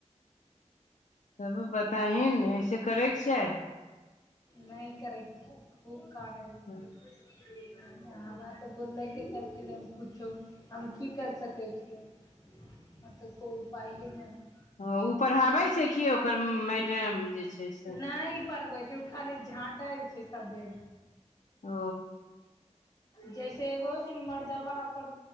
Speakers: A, on the left; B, on the left.
A: तब बताही ने ऐसे करैके चाही।
B: नै करै के चाही, खूब कानै रहै।
A: हँ
B: नै-नै हमरा तऽ बोललकै तब कहलिये हम कुछो हम की कर सकै छियै, हां ते कोय उपाइये नै हय।
A: हां उ पढ़ाबै छै कि ओकर मैडम जे छै से।
B: नै पढ़बै छै उ खाली झाँटे छै सब बे
A: ओ।
B: जैसे एगो होय छै ने मरदबा ओकर